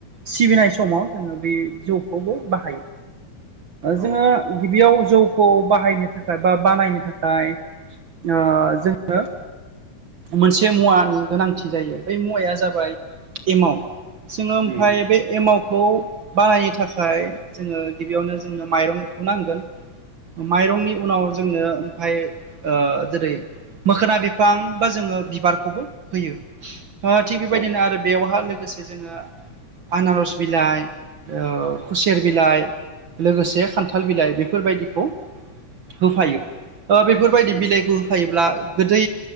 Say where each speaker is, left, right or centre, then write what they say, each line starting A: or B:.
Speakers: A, on the right; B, on the right.
A: सिबिनाय समाव जोङो बे जौखौबो बाहायो। जोङो
B: औ
A: गिबियाव जौखौ बाहायनो थाखाय बा बानायनो थाखाय ओ जोङो मोनसे मुवानि गोनांथि जायो बै मुवाया जाबाय एमाव। जोङो ओमफाय
B: उम
A: बे एमावखौ बानायनो थाखाय जोङो गिबियावनो जोंनो माइरंखौ नांगोन। माइरंनि उनाव जोंनो ओमफाय जेरै- मोखोना बिफां बा जोङो बिबारखौबो होयो। थिग बेबायदिनो
B: औ
A: आरो बेयावहा लोगोसे जोङो आनारस बिलाइ, खुसेर बिलाइ लोगोसे खान्थाल बिलाइ बेफोरबायदिखौ होफायो। ओ बेफोरबायदि
B: उम
A: बिलाइखौ होफायोब्ला गोदै